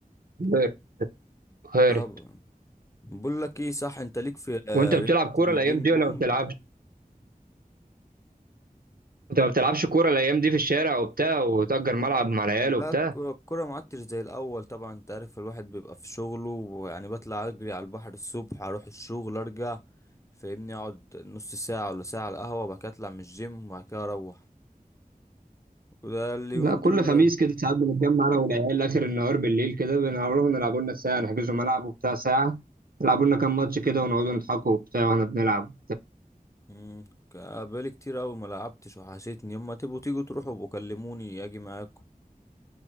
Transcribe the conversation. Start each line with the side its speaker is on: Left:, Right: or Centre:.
Right: وارد وارد
Left: طبعا بقول لك ايه صح انت ليك في آه،
Right: وانت بتلعب
Left: رياضة
Right: كوره
Left: البينج
Right: الايام دي
Left: بونج
Right: ولا ما بتلعبش انت ما بتلعبش كوره الايام دي في الشارع وبتاع وتأجر ملعب مع العيال
Left: لا
Right: وبتاع
Left: الكرة الكرة ما عدتش زي الأول طبعا أنت عارف الواحد بيبقى في شغله ويعني بطلع أجري على البحر الصبح أروح الشغل أرجع فاهمني أقعد نص ساعة ولا ساعة على القهوة وبعد كده أطلع من الجيم وبعد كده أروح وده اليومين
Right: لا كل
Left: دول
Right: خميس كده ساعات بنتجمع انا والعيال اخر النهار بالليل كده بنروح نلعبوا لنا ساعه نحجزوا ملعب وبتاع ساعه يلعبوا لنا كام ماتش كده ونقعدوا نضحكوا وبتاع واحنا بنلعب
Left: مم، كا- بقالي كتير أوي ما لعبتش وحشتني يما تبقوا تيجوا تروحوا وكلموني أجي معاكم